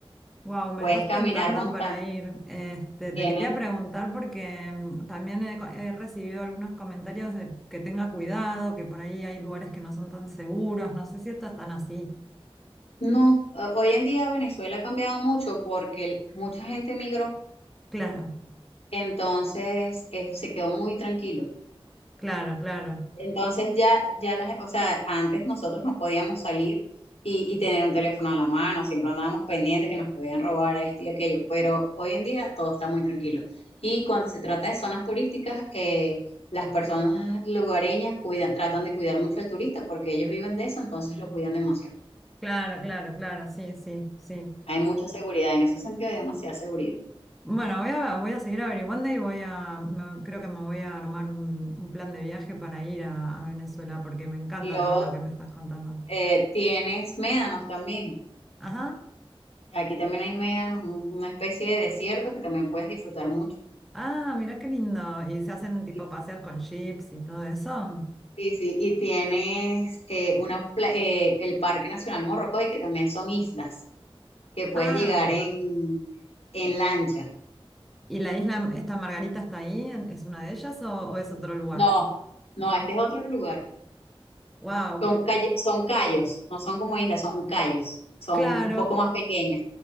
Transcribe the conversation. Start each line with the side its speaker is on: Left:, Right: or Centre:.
Centre: Wow, me
Left: Puedes
Centre: estás
Left: caminar
Centre: tentando
Left: montaña.
Centre: para ir. Este, te
Left: Tienes.
Centre: quería preguntar porque mm, también he, co- he recibido algunos comentarios de que tenga cuidado, que por ahí hay lugares que no son tan seguros. No sé si esto es tan así.
Left: No, eh, hoy en día Venezuela ha cambiado mucho porque el- mucha gente migró,
Centre: Claro,
Left: entonces eh, se quedó muy tranquilo.
Centre: claro, claro,
Left: Entonces ya, ya las, o sea, antes nosotros no podíamos salir y, y tener un teléfono a la mano, siempre andábamos pendientes que nos podían robar a esto y aquello, pero hoy en día todo está muy tranquilo. Y cuando se trata de zonas turísticas, eh, las personas lugareñas cuidan, tratan de cuidar mucho al turista porque ellos viven de eso, entonces lo cuidan demasiado.
Centre: claro, claro, claro, sí, sí, sí.
Left: Hay mucha seguridad, en ese sentido hay demasiada seguridad.
Centre: Bueno, voy a, voy a seguir averiguando y voy a, me- creo que me voy a armar un, un plan de viaje para ir a, a Venezuela porque me encanta
Left: Luego
Centre: todo lo que me estás contando.
Left: eh, tienes médanos también.
Centre: Ajá.
Left: Aquí también hay médanos, un- una especie de desierto que también puedes disfrutar mucho.
Centre: Ah, mirá qué lindo. ¿Y se hacen tipo
Left: Y,
Centre: paseos con jeeps y todo eso?
Left: y sí, y tienes eh, una, pla- eh, el Parque Nacional Morrocoy, que también son islas, que puedes
Centre: Ah,
Left: llegar en, en lancha.
Centre: ¿y la isla, esta Margarita está ahí? ¿En- ¿Es una de ellas o, o es otro lugar?
Left: No, no, este es otro lugar.
Centre: Wow,
Left: Son,
Centre: qué
Left: calle- son callos, no son como islas, son callos, son
Centre: claro.
Left: un poco más pequeñas,